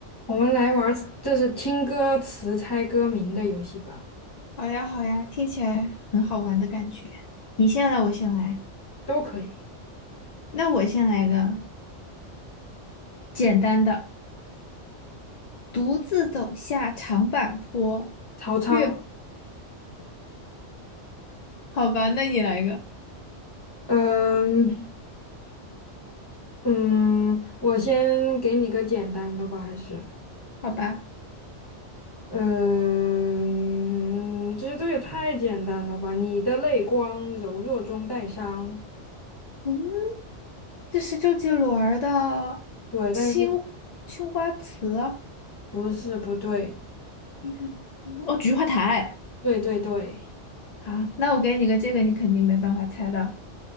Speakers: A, on the left; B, on the left.
A: 我们来玩儿，就是听歌词猜歌名的游戏吧，
B: 好呀，好呀，听起来很好玩的感觉。你先来，我先来。
A: 都可以。
B: 那我先来一个简单的，独自走下长坂坡。
A: 曹操，
B: 月，好吧，那你来一个，
A: 嗯嗯，我先给你个简单的吧，还是，
B: 好吧。
A: 嗯，这些都也太简单了吧？你的泪光柔弱中带伤，
B: 嗯，这是周杰伦儿的青
A: 对，但是
B: 青花瓷，
A: 不是不对，
B: 你的哦，菊花台。
A: 对对对，
B: 好，那我给你个这个，你肯定没办法猜到。